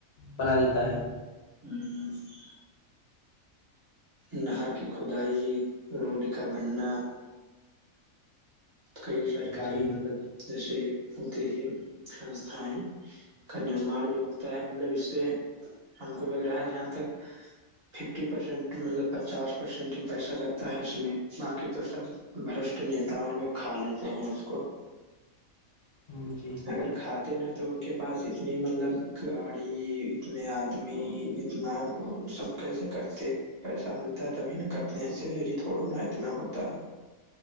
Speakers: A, on the left (about 45°); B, on the right (about 45°).
A: بنا دیتا ہے-
B: ہوں نہر کی کھدائی روڈ کا بننا- کئی سرکاری
A: جی
B: مطلب جیسے ہوتے ہی سستھایں- کا نرماار جو ہوتا ہے مطلب اس سے ہم کو لگ رہا ہے جہاں تک- ففٹی پرسینٹ مطلب پچاس پرسینٹ ہی پیسہ لگتا ہے اس میں باقی تو سب- برشٹھ نیتاؤ لوگ کھا لیتے ہیں اس کو-
A: ہ جی -
B: اگر کھاتے نا تو ان کے پاس اتنی مطلب گاڑی اتنے آدمی اتنا- سب کیسے کرتے پیسہ ملتا ہے تبھی ن کرتے ہیں سیلری تھوڑو نا اتنا ہوتا ہے-